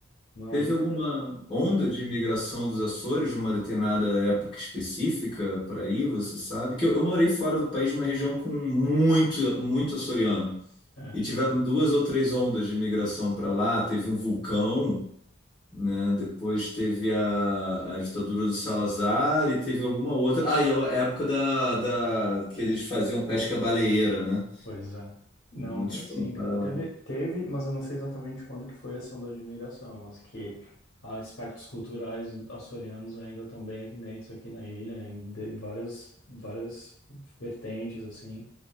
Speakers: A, on the left; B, on the left.
A: Mas,
B: Teve
A: em-
B: alguma onda de imigração dos Açores numa determinada época específica para aí, você sabe? Que eu, eu morei fora do país numa região com muito, muito açoriano.
A: é, é,
B: E tiveram duas ou três ondas de imigração para lá. Teve um vulcão, né? Depois teve a, a ditadura do Salazar e teve alguma outra. Ah, e a época da, da, que eles faziam pesca baleeira, né?
A: pois é. Não,
B: Muitos
A: tem
B: foram
A: sim,
B: para
A: cara.
B: lá.
A: Teve, teve, mas eu não sei exatamente quando que foi essa onda de imigração, mas que aspectos culturais açorianos ainda estão bem evidentes aqui na ilha, em, de- em várias, várias vertentes, assim.